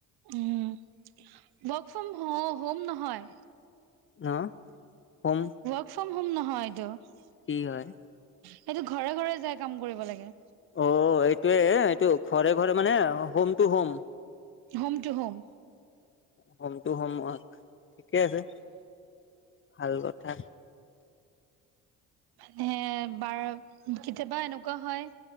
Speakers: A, on the right; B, on the left.
A: উম, ৱৰ্ক ফ্ৰম হোম হোম নহয়।
B: অ, হোম।
A: ৱৰ্ক ফ্ৰম হ'ম নহয় এইটো।
B: কি হয়?
A: সেইটো ঘৰে ঘৰে যাই কাম কৰিব লাগে।
B: অ', এইটোয়ে এইটো ঘৰে ঘৰে মানে home টটো home.
A: Home to home.
B: Home, to home, ঠিকে আছে। ভাল কথা।
A: মানে, বাৰ কেতিয়াবা এনেকুৱা হয়।